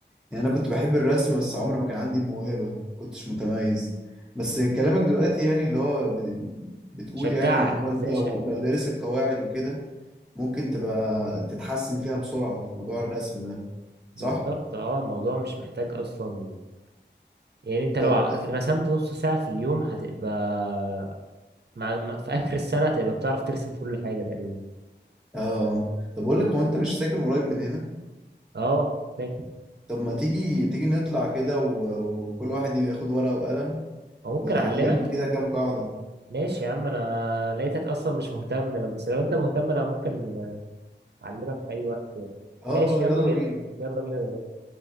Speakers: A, in the centre; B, on the right (about 65°).
A: يعني انا كنت بحب الرسم بس عمري ما كان عندي الموهبة كنتش متميز بس كلامك دلوقتي يعني اللي هو بت- بتقول
B: شجعك
A: يعني ان هو انت
B: زي
A: لو
B: ش...
A: لو دارس القواعد وكده ممكن تبقى تتحسن فيها بسرعة في موضوع الرسم ده صح؟
B: بالظبط اه الموضوع مش محتاج اصلا يعني انت لو
A: طب
B: ع- رسمت نص ساعة في اليوم هتبقى مع... مع- في آخر السنة هتبقى بتعرف ترسم كل حاجة تقريبا
A: اه طب أقول لك هو أنت مش ساكن قريب من هنا؟
B: اه فاكر
A: طب ما تيجي تيجي نطلع كده و... وكل واحد ياخد ورقة وقلم
B: أو ممكن
A: وتعلمني
B: أعلمك
A: كده كام قاعدة
B: ماشي يا عم أنا لقيتك أصلا مش مهتم لا، بس لو أنت مهتم أنا ممكن أعلمك في أي وقت يعني.
A: اه
B: ماشي يلا
A: يلا
B: بينا
A: بينا
B: يلا بينا دلوقتي